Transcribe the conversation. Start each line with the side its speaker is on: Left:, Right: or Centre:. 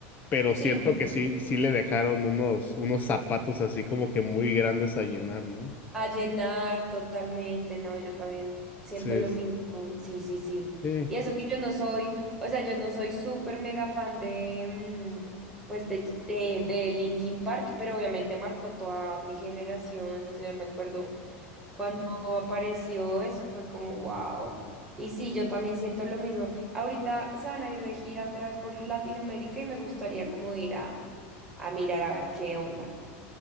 Left: pero
Centre: Sí,
Left: siento
Centre: no.
Left: que sí, sí le dejaron unos, unos zapatos así como que muy grandes a llenar, ¿no?
Centre: A llenar totalmente, no, yo también siento
Left: Entonces,
Centre: lo mismo, sí, sí, sí.
Left: sí.
Centre: Y eso que yo no soy, o sea, yo no soy súper mega fan de, mm, pues, de, de, de Linkin Park, pero obviamente marcó toda mi generación, no sé, me acuerdo cuando apareció, eso fue como, wow. Y sí, yo también siento lo mismo. Ahorita se van a ir de gira otra vez por Latinoamérica y me gustaría como ir a, a mirar a ver qué onda.